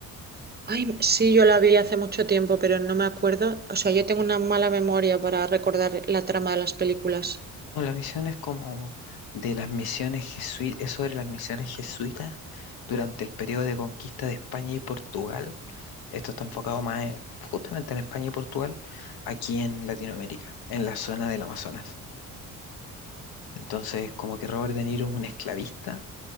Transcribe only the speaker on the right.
Ay, sí, yo la vi hace mucho tiempo, pero no me acuerdo. O sea, yo tengo una mala memoria para recordar la trama de las películas.